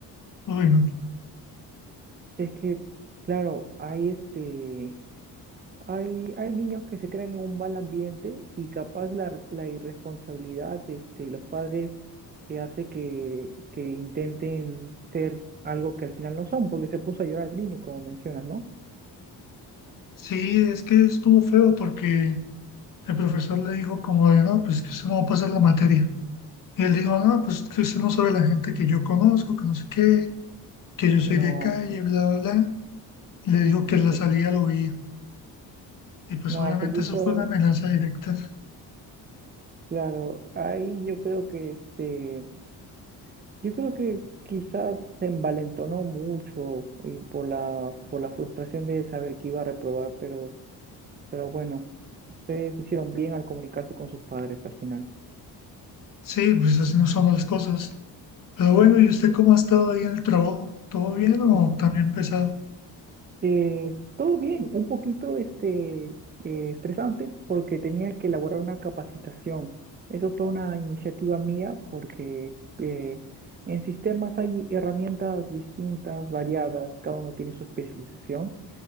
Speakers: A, on the left (about 50°); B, on the right (about 25°).
A: Uy, no.
B: Es que, claro, hay este, hay, hay niños que se crean en un mal ambiente y capaz la, la irresponsabilidad este, de los padres que hace que, que intenten ser algo que al final no son, porque se puso a llorar el niño, como mencionas, ¿no?
A: Sí, es que estuvo feo porque el profesor le dijo como de, no, pues que usted no va a pasar la materia. Y él dijo, no, pues que usted no sabe la gente que yo conozco, que no sé qué, que yo soy
B: No,
A: de calle, bla, bla, bla. Y le dijo que
B: se-
A: en la salida lo veía. Y pues
B: no,
A: obviamente
B: se quiso,
A: eso fue una amenaza directa.
B: claro, ahí yo creo que este. Yo creo que quizás se envalentonó mucho y por la, por la frustración de saber que iba a reprobar, pero, pero bueno, ustedes hicieron bien al comunicarse con sus padres al final.
A: Sí, pues así no somos las cosas. Pero bueno, ¿y usted cómo ha estado ahí en el trabajo? ¿Todo bien o
B: Mm,
A: también pesado?
B: Eh, todo bien, un poquito este, eh, estresante porque tenía que elaborar una capacitación. Eso fue una iniciativa mía porque eh, en sistemas hay herramientas distintas, variadas, cada uno tiene su especialización.